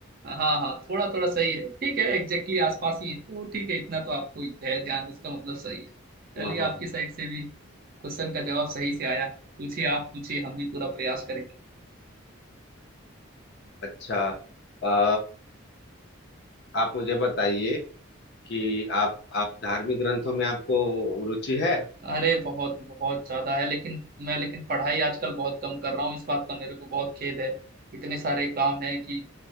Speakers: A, on the right; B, on the left.
A: हाँ हाँ थोड़ा थोड़ा सही है ठीक है एग्जैक्टली आसपास ही है तो ठीक है इतना तो आपको है ध्यान इसका मतलब सही है
B: हाँ
A: चलिए
B: हाँ
A: आपकी
B: हाँ।
A: साइड से भी क्वेश्चन का जवाब सही से आया पूछिए आप पूछिए हम भी पूरा प्रयास करेंगे
B: अच्छा आ, आप मुझे बताइए कि आप आप धार्मिक ग्रंथों में आपको रुचि है
A: अरे बहुत बहुत ज्यादा है लेकिन मैं लेकिन पढ़ाई आजकल बहुत कम कर रहा हूँ इस बात का मेरे को बहुत खेद है इतने सारे काम है कि